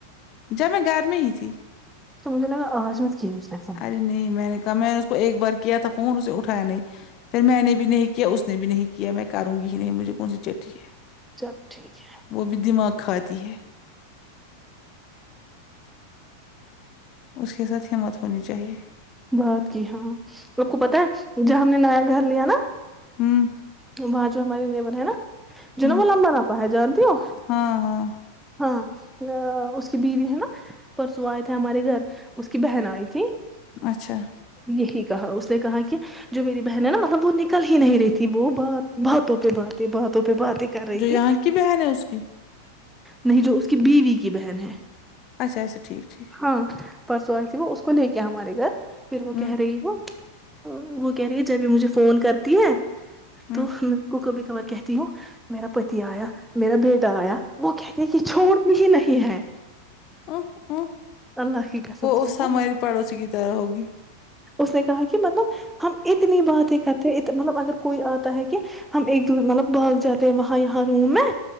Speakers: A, on the left; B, in the centre.
A: جب میں گھر میں ہی تھی
B: تو مجھے لگا آج مت کی اسنے فون
A: ارے نہیں میں نے کہا میں نے اس کو ایک بار کیا تھا فون اسے اٹھایا نہیں پھر میں نے بھی نہیں کیا اس نے بھی نہیں کیا میں کروں گی ہی نہیں مجھے کون سی چٹھی ہے
B: سب ٹھیک ہے
A: وہ بھی دماغ کھاتی ہے اس کے ساتھ ہمت ہونی چاہیے
B: بات کی ہاں آپ کو پتا ہے جب ہم نے نیا گھر لیا نا
A: ہوں
B: وہاں جو ہمارے دیور ہے نا جو
A: ہوں
B: نا وہ لمبا لمبا ہے جانتی ہو
A: ہاں ہاں
B: ہاں اس کی بیوی ہے نا پرسو آئے تھے ہمارے گھر اس کی بہن آئی تھی
A: اچھا
B: یہی کہا اس نے کہا کہ جو میری بہن ہے نا مطلب وہ نکل ہی نہیں رہی تھی وہ بات باتوں پہ باتیں باتوں پہ باتیں کر رہی
A: جو یہاں
B: تھی
A: کی بہن ہے اس کی
B: نہیں جو اس کی بیوی کی بہن ہے
A: اچھا اچھا ٹھیک ٹھیک
B: ہاں پرسوں وہ اس کو نہیں کیا ہمارے گھر پھر وہ
A: ہوں
B: کہہ رہی وہ وہ کہہ رہی ہے جب یہ مجھے فون کرتی ہے
A: ہوں
B: تو میں کو کبھی کبھار کہتی ہوں میرا پتی آیا میرا بیٹا آیا وہ کہتے کہ چھوڑ بھی ہی نہیں ہے
A: اوں اوں
B: اللہ کی قسم سے
A: اس
B: وہ
A: ہماری پڑوسی کی طرح ہوگی
B: اس نے کہا کہ مطلب ہم اتنی بات ہی کرتے مطلب اگر کوئی آتا ہے کہ ہم ایک د مطلب بھاگ جاتے ہیں وہاں یہاں روم میں